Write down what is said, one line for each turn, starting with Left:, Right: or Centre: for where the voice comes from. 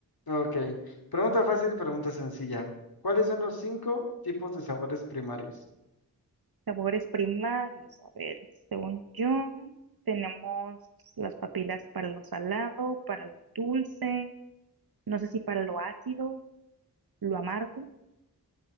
Left: Ok, pregunta fácil, pregunta sencilla. ¿Cuáles son los cinco tipos de sabores primarios?
Right: Sabores primarios. A ver, según yo, tenemos las papilas para lo salado, para lo dulce, no sé si para lo ácido, lo amargo.